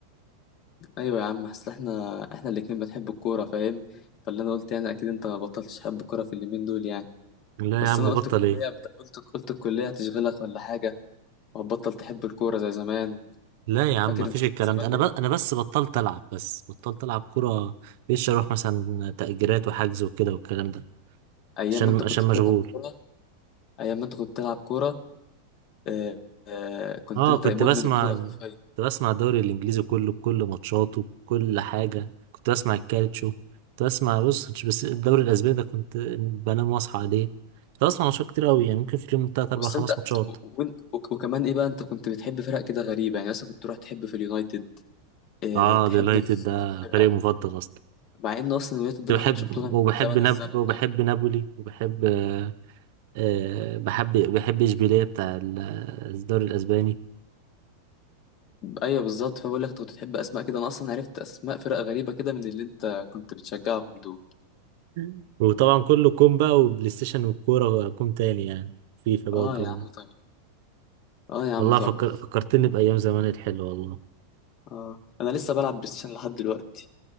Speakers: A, on the left; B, on the right.
A: ايوه يا عم اصل احنا احنا الاتنين بنحب الكوره فاهم فاللي انا قلت يعني اكيد انت ما بطلتش تحب الكوره في اليومين دول يعني
B: لا
A: بس
B: يا عم
A: انا قلت
B: بطل
A: الكليه
B: ايه
A: بت... قلت قلت الكليه هتشغلك ولا حاجه وهتبطل تحب الكوره زي زمان
B: لا يا عم
A: فاكر
B: مفيش
A: انت كنت
B: الكلام
A: زمان
B: ده انا
A: ايه
B: ب... انا بس بطلت العب بس بطلت العب كوره بقيتش اروح مثلا تأجيرات وحجز وكده والكلام ده
A: ايام
B: عشان
A: ما انت كنت
B: عشان مشغول
A: بتلعب كوره ايام ما انت كنت بتلعب كوره اه... اه... كنت
B: اه
A: انت
B: كنت
A: مدمن
B: بسمع
A: الكوره حرفيا
B: كنت بسمع الدوري الانجليزي كله بكل ماتشاته بكل حاجه كنت بسمع الكالتشو كنت بسمع بص كنتش بس الدوري الاسباني ده كنت بنام واصحى عليه كنت بسمع ماتشات كتير قوي يعني ممكن في اليوم تلات اربع
A: بس
B: خمس
A: انت
B: ماتشات
A: و... و... وكمان ايه بقى انت كنت بتحب فرق كده غريبه يعني مثلا كنت تروح تحب في اليونايتد اه...
B: اه
A: تحب
B: اليونايتد
A: في,
B: ده
A: في الفرقه
B: فريق مفضل اصلا
A: مع ان اصلا اليونايتد ده
B: كنت
A: ما
B: بحب
A: خدش بطوله من
B: وبحب
A: زمن
B: ناب
A: الزمن
B: وبحب
A: يعني
B: نابولي وبحب آه آه، بحب بحب اشبيليه بتاع ال- الدوري الاسباني
A: ايوه بالظبط فبقول لك انت كنت بتحب اسماء كده انا اصلا عرفت اسماء فرق غريبه كده من اللي انت كنت بتشجعهم دول
B: مم. وطبعا كله كوم بقى وبلاي ستيشن والكوره كوم تاني يعني فيفا بقى
A: اه
B: والجو
A: يا عم
B: ده
A: طبعا اه يا عم
B: والله
A: طبعا
B: فكر... فكرتني بأيام زمان الحلوة والله
A: اه انا لسه بلعب بلاي ستيشن لحد دلوقتي